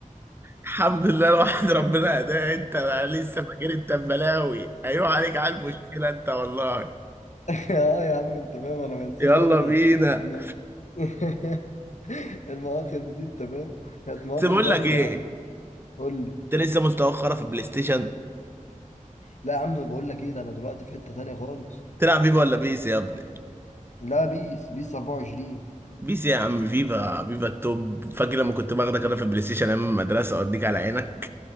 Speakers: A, on the right (about 15°); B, on the left (about 60°).
A: الحمد لله الواحد ربنا هداه انت بقى لسه فاكر انت بلاوي ايوه عليك على المشكله انت والله
B: اه يا عم انت فاهم انا ما انساش
A: يلا
B: ابدا
A: بينا
B: الم- <laughs> المواقف دي انت فاهم كانت مواقف
A: بس بقول
B: جامده
A: لك ايه
B: يا عم قول لي
A: انت لسه مستوخره في البلاي ستيشن
B: لا يا عم بقول لك ايه ده انا دلوقتي في حته تانية خالص
A: تلعب فيفا ولا بيس يا ابني
B: لا بيس بيس 24
A: بيس يا عم فيفا فيفا التوب فاكر لما كنت باخدك انا في البلاي ستيشن ايام المدرسه اوديك على عينك